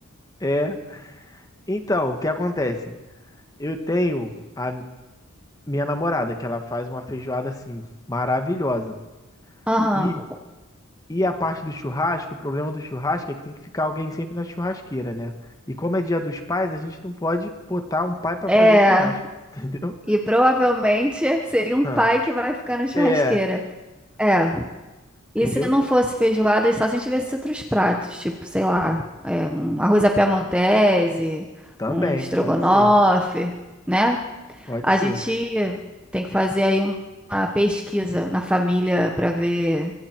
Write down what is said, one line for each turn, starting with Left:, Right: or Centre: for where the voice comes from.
Left: É. Então, o que acontece? Eu tenho a, minha namorada, que ela faz uma feijoada assim, maravilhosa.
Centre: Aham.
Left: E, e a parte do churrasco, o problema do churrasco é que tem que ficar alguém sempre na churrasqueira, né? E como é dia dos pais, a gente não pode botar um pai pra
Centre: É,
Left: fazer churrasco, <laughs> entendeu?
Centre: e provavelmente seria um
Left: Hã.
Centre: pai que vai ficar na churrasqueira.
Left: É,
Centre: É. E
Left: entendeu?
Centre: se não fosse feijoada, é só se a gente tivesse outros pratos, tipo, sei lá, é, um arroz à piamontese,
Left: Também,
Centre: um estrogonofe,
Left: pode ser,
Centre: né?
Left: pode
Centre: A
Left: ser.
Centre: gente tem que fazer aí um- uma pesquisa na família para ver.